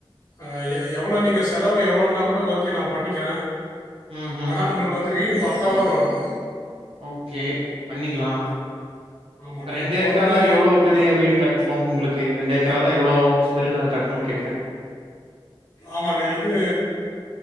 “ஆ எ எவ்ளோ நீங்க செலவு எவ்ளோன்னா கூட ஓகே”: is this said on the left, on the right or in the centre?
Left